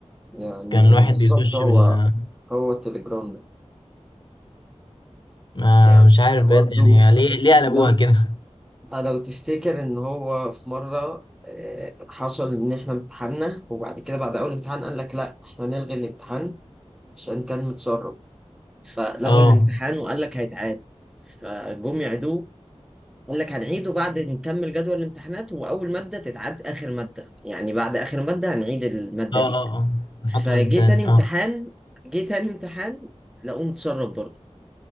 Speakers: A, in the centre; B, on the left.
A: يعني
B: كان الواحد
A: بالظبط
B: بيخش
A: هو
B: بال
A: هو التليجرام
B: ما
A: يعني
B: مش عارف بجد
A: برضه
B: يعني ليه ليه قلبوها
A: لو
B: كده <laughs>
A: لو تفتكر ان هو في مرة آه، حصل ان احنا امتحنا وبعد كده بعد اول امتحان قال لك لا احنا هنلغي الامتحان عشان كان متسرب فلغوا
B: اه
A: الامتحان وقال لك هيتعاد فجم يعيدوه قال لك هنعيده بعد نكمل جدول الامتحانات واول ماده تتعاد اخر ماده يعني بعد اخر ماده هنعيد الماده
B: اه
A: دي
B: اه اه
A: فجه
B: نحط مادة تاني
A: تاني امتحان
B: اه
A: جه تاني امتحان لقوه متسرب برضه